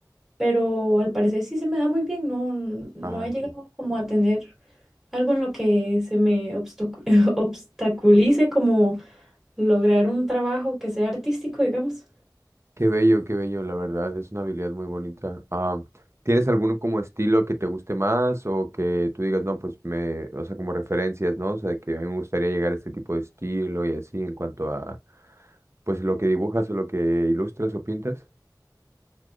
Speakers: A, in the centre; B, on the right (about 40°).
A: pero al parecer sí se me da muy bien, no, no
B: Ah,
A: he llegado como a tener algo en lo que se me obstacu- <laughs> obstaculice como lograr un trabajo que sea artístico, digamos.
B: Qué bello, qué bello, la verdad, es una habilidad muy bonita. Ah, ¿tienes alguno como estilo que te guste más o que tú digas, no, pues me, o sea, como referencias, ¿no? O sea, que a mí me gustaría llegar a este tipo de estilo y así en cuanto a, pues lo que dibujas o lo que ilustras o pintas?